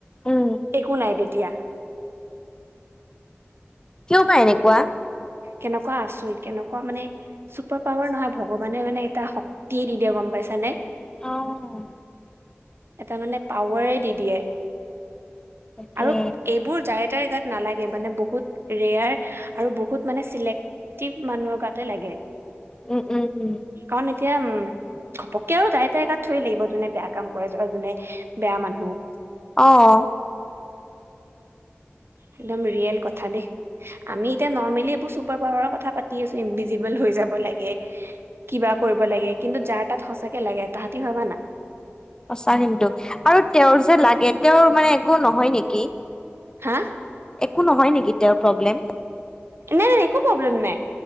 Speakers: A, on the left; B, on the right.
A: উম
B: একো নাই দে তিয়া।
A: কিয়বা‌ এনেকুৱা?
B: কেনেকুৱা আচৰিত? কেনেকুৱা মানে চুপাৰ পাৱাৰ নহয়, ভগৱানে মানে এটা শক্তিয়ে দি দিয়ে, গম পাইছানে?
A: অ'।
B: এটা মানে পাৱাৰে দি দিয়ে।
A: তাকে
B: আৰু এইবোৰ যাৰে-তাৰে গাত নালাগে। মানে বহুত ৰেয়াৰ আৰু বহুত মানে ছিলেক্টিভ মানুহৰ গাতে লাগে।
A: উম উম
B: কাৰণ‌ এতিয়া উম ঘপক্কে আৰু, যাৰে-তাৰে গাত থৰি লাগিব? যোনে বেয়া কাম কৰে, য- যোনে বেয়া মানুহ,
A: অহ।
B: একদম ৰিয়েল কথা দেই। আমি এতিয়া নৰ্মেলি এইবোৰ চুপাৰ পাৱাৰৰ কথা পাতি আছো, ইনভিজিবল হৈ- লাগে, কিবা কৰিব লাগে, কিন্তু যাৰ তাত সঁচাকে লাগে তাহাঁতি ভবা না।
A: সঁচা কিন্তু আৰু তেওঁৰ যে লাগে তেওঁৰ মানে একো নহয় নেকি?
B: হা।
A: একো নহয় নেকি তেওঁৰ প্ৰব্লেম?
B: নাই নাই একো প্ৰব্লেম নাই।